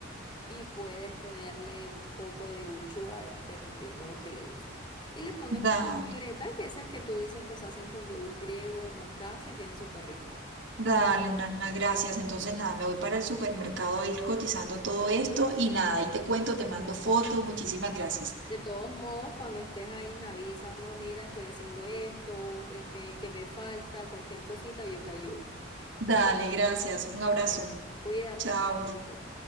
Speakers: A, on the left (about 25°); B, on the right (about 75°).
A: y puedes ponerle un poco de uchuva dependiendo lo que le guste. Y le pones una
B: Dale,
A: vinagreta, que esas que tú dices que se hacen con yogur griego o mostaza, se quedan súper ricas.
B: dale, nada, gracias. Entonces nada, me voy para el supermercado a ir cotizando todo esto y nada, ahí te cuento, te mando fotos, muchísimas gracias.
A: De todos modos, cuando estés ahí me avisas, no, mira, estoy haciendo esto, en qué, qué me falta, cualquier cosita, yo te ayudo.
B: Dale, gracias. Un abrazo.
A: Bueno, cuídate,
B: Chao.
A: Yayito.